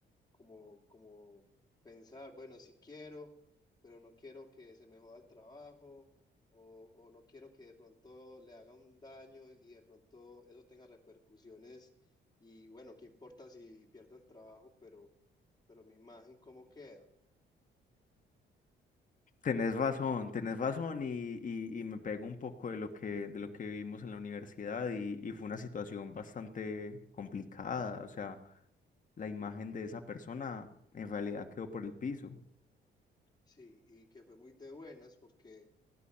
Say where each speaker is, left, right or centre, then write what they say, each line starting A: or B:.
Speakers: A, on the left (about 20°); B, on the left (about 40°).
A: como, como pensar, bueno, sí quiero, pero no quiero que se me joda el trabajo o, o no quiero que de pronto le haga un daño y de pronto eso tenga repercusiones y bueno, qué importa si pierdo el trabajo, pero, pero mi imagen, ¿cómo queda?
B: tenés razón, tenés razón y, y- y me pego un poco de lo que, de lo que vivimos en la universidad y, y fue una situación bastante complicada, o sea, la imagen de esa persona en realidad quedó por el piso,
A: Sí, y que fue muy de buenas porque